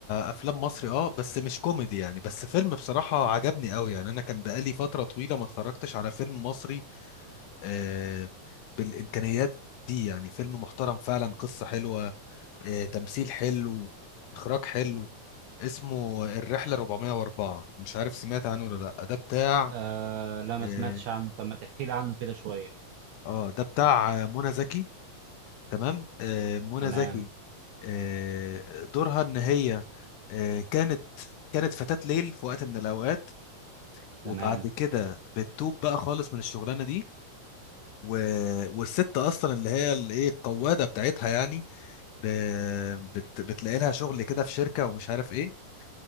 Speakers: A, on the left; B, on the right.
A: افلام مصري اه بس مش كوميدي يعني بس فيلم بصراحة عجبني قوي يعني انا كان بقالي فترة طويلة ما اتفرجتش على فيلم مصري آه بالامكانيات دي يعني فيلم محترم فعلا قصة حلوة آه، تمثيل حلو اخراج حلو اسمه الرحله 404 مش عارف سمعت عنه ولا لا ده بتاع
B: آه لا ما
A: اه
B: سمعتش عنه طب ما تحكي لي عنه كده شويه
A: آه، ده بتاع آه، منى زكي تمام آه، منى
B: تمام
A: زكي آه، دورها ان هي آه، كانت كانت فتاة ليل في وقت من الاوقات
B: تمام
A: وبعد كده بتتوب بقى خالص من الشغلانه دي و... والست اصلا اللي هي الايه القواده بتاعتها يعني ب... بت... بتلاقي لها شغل كده في شركه ومش عارف ايه